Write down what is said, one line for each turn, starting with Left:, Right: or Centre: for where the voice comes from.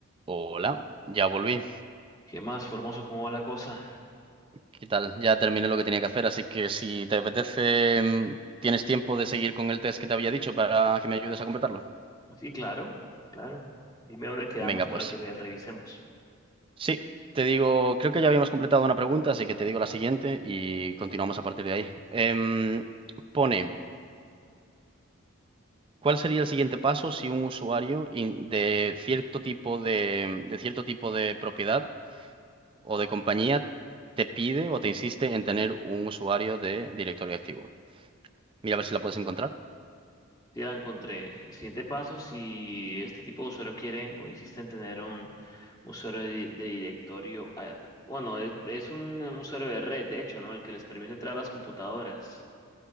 Right: Hola, ya volví.
Left: ¿Qué más, Formoso? ¿Cómo va la cosa?
Right: ¿Qué tal? Ya terminé lo que tenía que hacer, así que si te apetece, mm, tienes tiempo de seguir con el test que te había dicho para que me ayudes a completarlo.
Left: Sí, claro, claro. Dime dónde quedamos
Right: Venga,
Left: para
Right: pues.
Left: que vea, revisemos.
Right: Sí, te digo, creo que ya habíamos completado una pregunta, así que te digo la siguiente y continuamos a partir de ahí. Em, pone, ¿cuál sería el siguiente paso si un usuario in- de cierto tipo de, de cierto tipo de propiedad o de compañía te pide o te insiste en tener un usuario de directorio activo? Mira a ver si la puedes encontrar.
Left: Sí, la encontré. El siguiente paso, si este tipo de usuario quiere o insiste en tener un usuario de, de directorio, ah, bueno, es, es un usuario de red, de hecho, ¿no? El que les permite entrar a las computadoras.